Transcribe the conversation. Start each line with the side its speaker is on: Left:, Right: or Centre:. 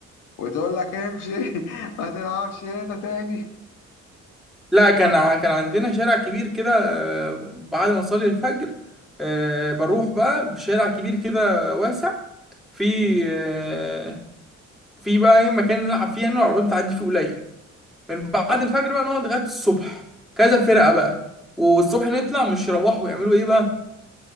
Left: وتقول لك امشي <laughs> ما تلعبش هنا تاني
Centre: لا كان ع- كان عندنا شارع كبير كده آه، بعد ما اصلي الفجر آه، بروح بقى بشارع كبير كده واسع في
Left: مم.
Centre: آه، في بقى ايه مكان نلعب فيه يعني العربيات بتعدي فيه قليل من بعد
Left: اه
Centre: الفجر بقى نقعد لغاية الصبح كذا فرقة بقى والصبح نطلع مش يروحوا يعملوا ايه بقى